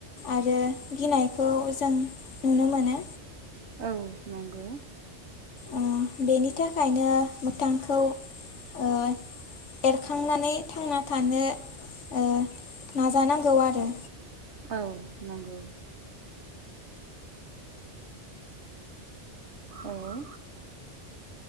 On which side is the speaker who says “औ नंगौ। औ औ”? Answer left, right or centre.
Right